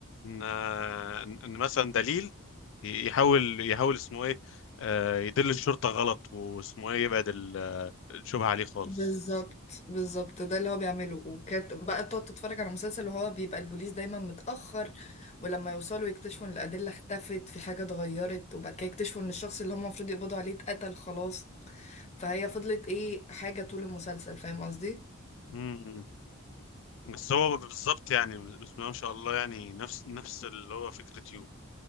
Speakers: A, on the left; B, on the left.
A: ان ان إن مثلا دليل ي- يحاول يحاول اسمه ايه آه، يدل الشرطة غلط واسمه ايه يبعد ال- الشبهة عليه خالص
B: بالظبط بالظبط ده اللي هو بيعمله وكانت بقى تقعد تتفرج على مسلسل وهو بيبقى البوليس دايما متأخر ولما يوصلوا يكتشفوا ان الأدلة اختفت في حاجة اتغيرت وبعد كده يكتشفوا ان الشخص اللي هم المفروض يقبضوا عليه اتقتل خلاص فهي فضلت ايه حاجة طول المسلسل فاهم قصدي
A: مم. بس هو بالظبط يعني بسم الله ما شاء الله يعني نفس نفس اللي هو فكرة يو